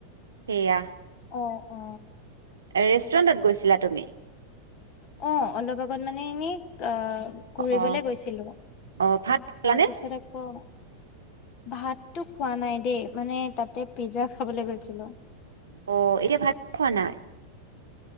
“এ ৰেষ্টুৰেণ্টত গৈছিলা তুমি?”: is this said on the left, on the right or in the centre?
Right